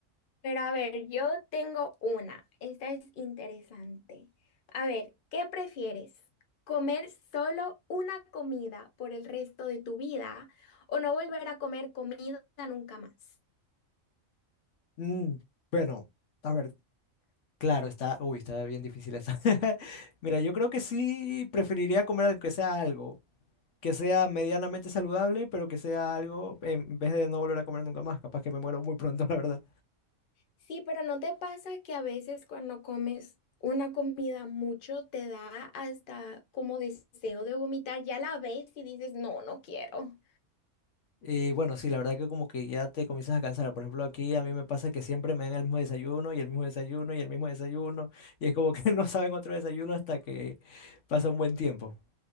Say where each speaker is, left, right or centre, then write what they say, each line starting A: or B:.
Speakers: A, on the left (about 50°); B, on the left (about 70°).
A: Pero a ver, yo tengo una. Esta es interesante. A ver, ¿qué prefieres? ¿Comer solo una comida por el resto de tu vida o no volver a comer comida nunca más?
B: Mm, bueno, a ver, claro, está, uy, está bien difícil esa. <laughs> Mira, yo creo que sí preferiría comer algo que sea algo, que sea medianamente saludable, pero que sea algo, en vez de no volver a comer nunca más, capaz que me muero muy pronto, <laughs> la verdad.
A: Sí, pero ¿no te pasa que a veces cuando comes una comida mucho te da hasta como deseo de vomitar? Ya la ves y dices, no, no quiero.
B: Y bueno, sí, la verdad que como que ya te comienzas a cansar. Por ejemplo, aquí a mí me pasa que siempre me dan el mismo desayuno y el mismo desayuno y el mismo desayuno, y es como que <laughs> no saben otro desayuno hasta que pasa un buen tiempo.